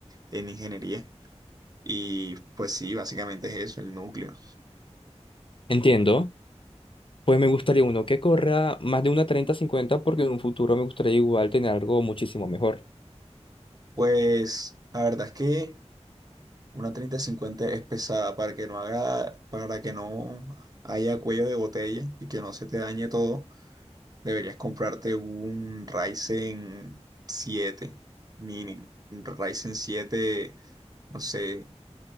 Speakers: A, on the right; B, on the left.
A: en ingeniería. Y pues sí, básicamente es eso, el núcleo.
B: Entiendo. Pues me gustaría uno que corra más de una treinta cincuenta porque en un futuro me gustaría igual tener algo muchísimo mejor.
A: Pues la verdad es que una 3050 es pesada para que no haga, para que no haya cuello de botella y que no se te dañe todo. Deberías comprarte un Ryzen 7 mínimo, un Ryzen 7, no sé,